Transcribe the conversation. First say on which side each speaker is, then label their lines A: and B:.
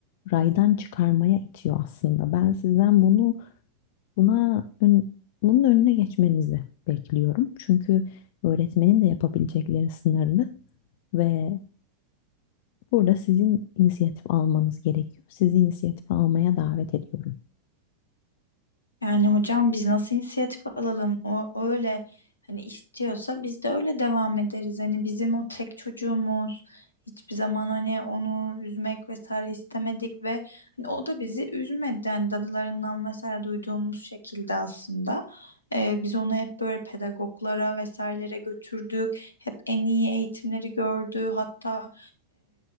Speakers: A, on the left; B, on the left.
A: raydan çıkarmaya itiyor aslında. Ben sizden bunu buna ön- bunun önüne geçmenizi bekliyorum. Çünkü öğretmenin de yapabilecekleri sınırlı ve burada sizin inisiyatif almanız gerekiyor. Sizi inisiyatife almaya davet ediyorum.
B: Yani hocam biz nasıl inisiyatif alalım? O, o öyle hani istiyorsa biz de öyle devam ederiz. Hani bizim o tek çocuğumuz hiçbir zaman hani onu üzmek vesaire istemedik ve hani o da bizi üzmedi. Yani dadılarından vesaire duyduğumuz şekilde aslında. Ee, biz onu hep böyle pedagoglara vesairelere götürdük. Hep en iyi eğitimleri gördü. Hatta